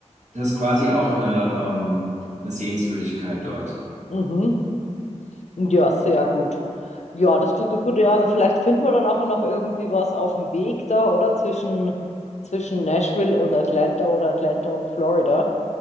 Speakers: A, on the right; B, on the left.
A: das ist quasi auch eine, ähm, eine Sehenswürdigkeit dort.
B: Mhm. Ja, sehr gut. Ja, das klingt doch gut. Ja, und vielleicht finden wir dann nachher noch irgendwie was auf dem Weg da, oder? Zwischen, zwischen Nashville und Atlanta oder Atlanta und Florida.